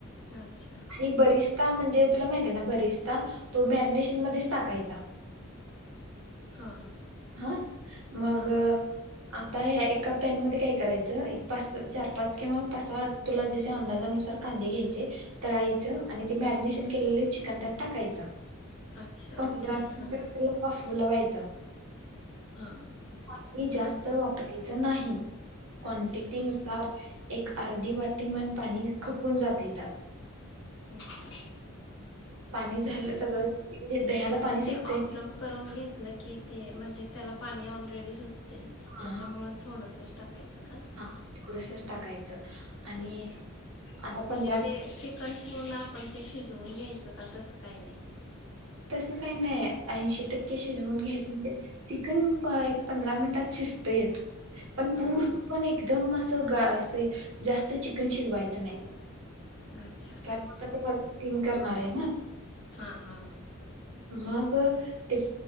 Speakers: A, on the left; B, on the right.
A: अच्छा!
B: आणि बरिस्ता म्हणजे तुला माहित आहे ना बरिस्ता तो मॅरिनेशन मध्येच टाकायचा.
A: हा.
B: हा मग
A: हा
B: आता ह्या एका पॅन मध्ये काय करायचं एक पाच चार पाच किंवा पाच सहा तुला जसे अंदाजानुसार कांदे घ्यायचे तळायचं आणि ते मॅरिनेशन केलेले चिकन त्यात टाकायचं.
A: अच्छा
B: पंधरा
A: ओके
B: मिनिट
A: हा
B: त्याला वाफवल व्हायचं.
A: हा. ओके
B: पानी
A: हा
B: जास्त वापरायच नाही, क्वांटिटी
A: अच्छा
B: नुसार एक अर्धी वाट वाटी मन पाणी खपून जात त्यात.
A: अच्छा
B: पाणी
A: हम्म
B: झालं
A: हम्म
B: सगळं. दह्याला
A: म्हणजे
B: पाणी सुटतेयनी.
A: ते ऑब्झर्व करून घेतलं की ते म्हणजे त्याला पाणी ऑलरेडी सुटते.
B: हा
A: त्याच्यामुळे थोडसच टाकायचं का?
B: हा थोडस टाकायचं. आणि
A: अच्छा,
B: आता
A: म्हणजे
B: पंधरा
A: ते ची चिकन पूर्ण आपण ते शिजवून घ्यायचं का? तसं काही नाही.
B: तस काही नाही. ऐंशी टक्केशी शिवाऊन घ्यायचं म्हणजे कण एक पंधरा मिनिटात शिजतयच. पण
A: हा
B: पूर्ण पण एकदम ग असे जास्त चिकन शिजवायच नाही.
A: <inaudible>
B: कारण आ ते माझ तीन करणारे ना.
A: हा हा
B: मग ते